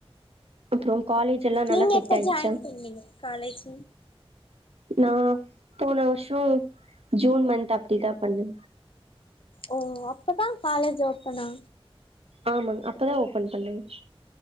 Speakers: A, on the right; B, on the left.
A: அப்றோ காலேஜ் எல்லா நல்லா
B: நீங்க
A: செட்
B: எப்ப
A: ஆயிடுச்சா
B: ஜாயின் பண்ணீங்க காலேஜ்
A: நா போன வருஷோ ஜூன் மந்த் அப்டிதா பண்ணே
B: ஓ அப்பதா காலேஜ் ஓப்பனா
A: ஆமாங் அப்பதா ஓப்பன் பண்ணாங்